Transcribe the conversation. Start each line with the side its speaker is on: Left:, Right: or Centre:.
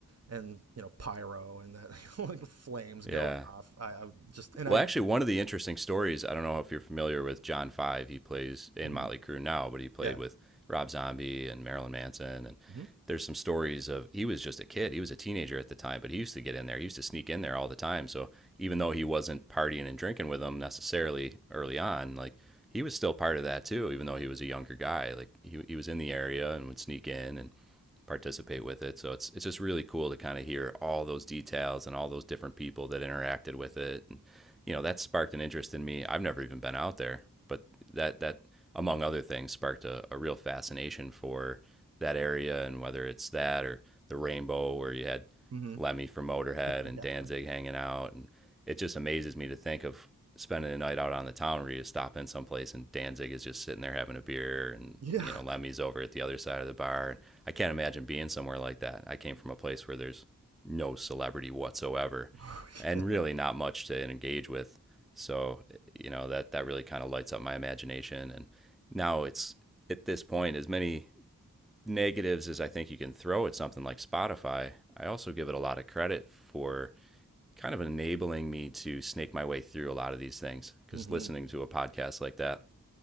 Right: and you know pyro and that <laughs> like flames
Centre: Yeah.
Right: going off. I, I just and
Centre: Well,
Right: I
Centre: actually, one of the interesting stories, I don't know if you're familiar with John Five. He plays in
Right: mhm,
Centre: Motley Crue now, but he played
Right: yeah
Centre: with Rob Zombie and Marilyn Manson. And
Right: hmm
Centre: there's some stories of he was just a kid. He was a teenager at the time, but he used to get in there. He used to sneak in there all the time. So even though he wasn't partying and drinking with them necessarily early on, like he was still part of that too, even though he was a younger guy. Like he, he was in the area and would sneak in and participate with it. So it's it's just really cool to kind of hear all those details and all those different people that interacted with it. And you know, that sparked an interest in me. I've never even been out there, but that that among other things sparked a, a real fascination for that area and whether it's that or the rainbow where you had
Right: hmm
Centre: Lemmy from Motorhead
Right: <laughs> Yeah.
Centre: and Danzig hanging out. And it just amazes me to think of spending the night out on the town where you stop in someplace and Danzig is just sitting there having a beer and,
Right: yeah
Centre: you know, Lemmy's over at the other side of the bar. I can't imagine being somewhere like that. I came from a place where there's no celebrity whatsoever
Right: <laughs>
Centre: and really not much to engage with. So, you know, that, that really kind of lights up my imagination. And now it's at this point, as many negatives is I think you can throw at something like Spotify. I also give it a lot of credit for kind of enabling me to snake my way through a lot of these things because
Right: hmm
Centre: listening to a podcast like that